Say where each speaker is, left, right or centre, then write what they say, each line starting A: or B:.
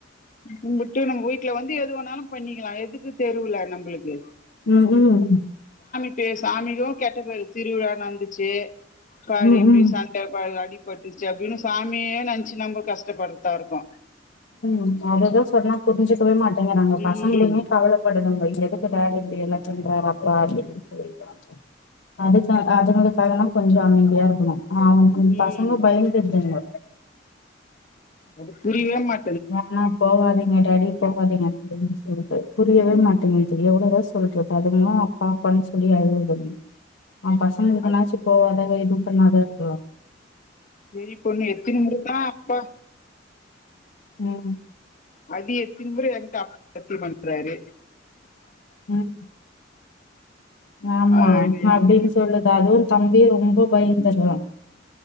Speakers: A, on the left (about 45°); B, on the left (about 75°).
A: கும்பிட்டு நம்ம வீட்டு்ல வந்து எது வேணாலு பண்ணிக்கலா எதுக்கு தெருவுல நம்மளுக்கு
B: உம் உம்
A: ப்ப சாமிக்கு கெட்ட பேரு திருவிழா நடந்துச்சு பாரு
B: ம்
A: இப்படி
B: ம்
A: சண்ட அடிபட் டுச்சு அப்படின்னு சாமியே நெனச்சு நம்ப கஷ்டப்படுத்தா இருக்கு
B: உம் அததா சொன்னா புரிஞ்சிக்கவே மாட்டேங்கறாங்க பசங்களுமே
A: ம்
B: கவலைப்படுதுங்க எ துக்கு வேல இப்படி எல்லாம் பண்றாரு அப்பா அப்படின்னு சொல்ட்டு அதுக்க அதுங்களுக்காகல்லா கொஞ்ச அமைதியா இருக்கணு ஆ உ
A: ம்
B: பசங்க பயந்தெதுங்க
A: அது புரியவே மாட்ட
B: வேனா போவாதீங்க டாடி போவாதீங்க அப்படின்னு சொல்லுது புரிய யவே மாட்டேங்குது எவ்வளவுதா சொல்றது அதுங்களு அப்பா அப்பான்னு சொல்லி அழுவுதுங்க ஆ பசங்க இருக்குனாச்சு
A: அது
B: போவாத அத எதுவு சொன்னாதா இருக்கறோ
A: சரி பொண்ணு எத்தினி முறதா அப்பா
B: உம்
A: அடி எ திமிரு எங்க அப்பந்திமி <inaudible> றாரு
B: உம் ஆமா
A: அப்டின்ட்டு
B: அப்படின்னு சொல்லுது அதுவு தம்பி ரொம்ப பயந்தர்றா